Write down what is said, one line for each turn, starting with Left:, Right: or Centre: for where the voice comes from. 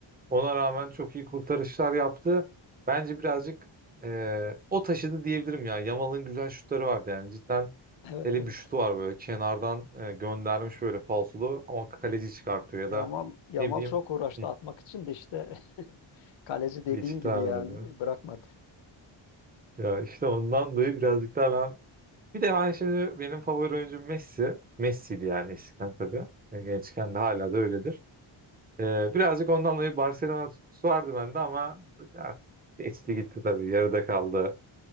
Right: Ona rağmen çok iyi kurtarışlar yaptı. Bence birazcık eee, o taşıdı diyebilirim ya. Yamal'ın güzel şutları vardı yani. Cidden
Left: Evet
Right: hele
Left: evet.
Right: bir şutu var böyle kenardan e, göndermiş böyle falsolu ama kaleci çıkartıyor ya
Left: Yamal
Right: da
Left: Yamal
Right: ne bileyim
Left: çok uğraştı
Right: hı,
Left: atmak için de işte <laughs> kaleci dediğin
Right: geçit
Left: gibi
Right: vermedi.
Left: yani bırakmadı.
Right: Ya işte ondan dolayı birazcık daha ben bir de ben şimdi benim favori oyuncum Messi. Messi'di yani eskiden tabii. E, Gençken de hala da öyledir. E, birazcık ondan dolayı Barcelona tutkusu vardı bende ama ya, geçti gitti tabii yarıda kaldı